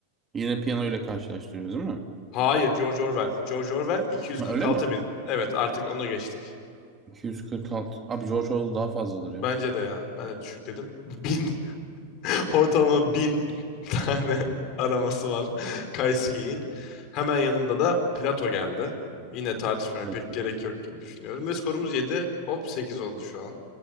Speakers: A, on the right; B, on the left.
A: Yine piyano ile karşılaştırıyoruz değil mi?
B: Hayır George Orwell. George Orwell iki yüz kırk
A: Ha, öyle
B: altı
A: mi?
B: bin. Evet artık onu geçtik.
A: 246. Abi George Orwell daha fazladır ya.
B: Bence de ya. Ben de düşük dedim. Bin, <laughs> ortalama bin <laughs> tane araması var <laughs> Kite skiing. Hemen yanında da Plato geldi. Yine tartışmaya
A: Evet,
B: pek
A: tamam.
B: gerek yok gibi düşünüyorum. Ve skorumuz 7. Hop 8 oldu şu an.